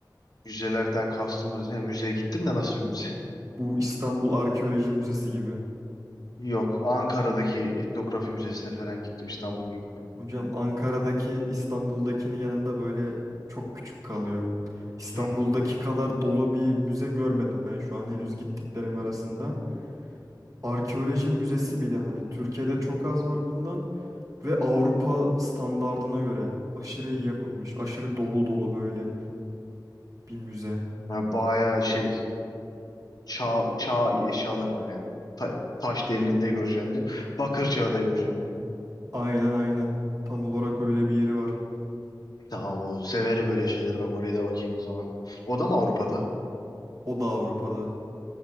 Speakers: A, on the left; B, on the right.
A: Müzelerden kastımız ne? Ya müzeye gittim de nasıl bir müze? <laughs>
B: Bu İstanbul Arkeoloji Müzesi gibi.
A: Yok. Ankara'daki etnografi müzesine falan gittim. İstanbul'a gittim.
B: Hocam Ankara'daki İstanbul'dakinin yanında böyle çok küçük kalıyor. İstanbul'daki
A: Hmm.
B: kadar dolu bir müze görmedim ben şu an henüz gittiklerim arasında. Arkeoloji müzesi bir de hani Türkiye'de çok az var bundan ve Avrupa standardına göre aşırı iyi yapılmış, aşırı dolu dolu böyle bir müze.
A: Ya bayağı şey çağ, çağ eşyaları var yani. Ta- taş devrinde görecektim. Bakır çağı da görecektim. Yani.
B: Aynen aynen. Tam olarak öyle bir yeri var.
A: Tamam o severim öyle şeyleri. Bak oraya da bakayım o zaman. O da mı Avrupa'da?
B: O da Avrupa'da.